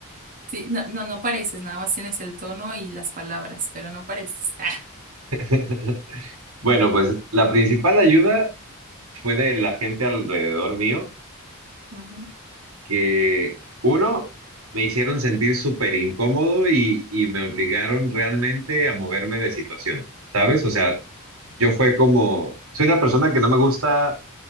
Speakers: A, on the right; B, on the right.
A: Sí, no, no, no pareces, nada más tienes el tono y las palabras, pero no pareces. Ah,
B: <laughs> Bueno, pues la principal ayuda fue de la gente alrededor mío
A: ajá,
B: que uno, me hicieron sentir súper incómodo y, y me obligaron realmente a moverme de situación, ¿sabes? O sea, yo fue como, soy una persona que no me gusta,